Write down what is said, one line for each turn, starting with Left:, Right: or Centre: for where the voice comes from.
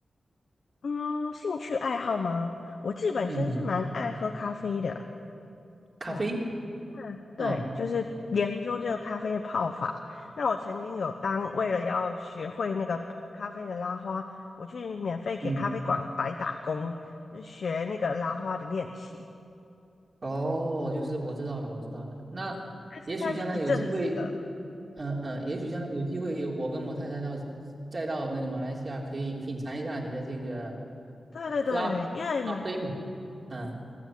Left: 嗯，嗯兴趣爱好吗？我自己本身是蛮爱喝咖啡的，
Right: 嗯，咖啡。
Left: 对，那对，
Right: 哦
Left: 就是研究这个咖啡的泡法。那我曾经有当为了要学会那个咖啡的拉花，我去免费给咖啡馆白打工，
Right: 嗯，
Left: 就学那个拉花的练习。
Right: 哦，就是我知道了，我知道了。那也许将来有机会，
Left: 但是那是一阵子的，
Right: 嗯、嗯、也许将来有机会，我跟我太太到再到那个马来西亚，可以品尝一下你的这个
Left: 对对对，
Right: 拉花咖啡呢。
Left: 因为嘛。
Right: 嗯，